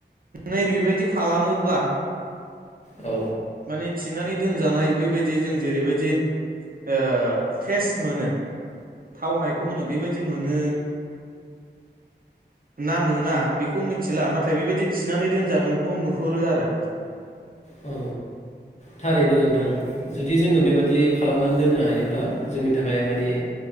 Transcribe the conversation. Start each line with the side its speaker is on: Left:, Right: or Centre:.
Right: नै बेबायदि खालामोब्ला
Left: औ
Right: माने थिनानै दोनजानाय बैबायदि जों जेरैबायदि ओ टेस्ट मोनो थावनाय खौ मोनो बेबायदि मोनो ना मोना बेखौ मिथिला ना थाय बेबायदि थिनानै दोनजागोनखौ नुहुरो आरो।
Left: औ थारैनो नोंथां जुदि जोङो बेबादि खालामनानै दोननो हायोब्ला जोंनि थाखाय मानि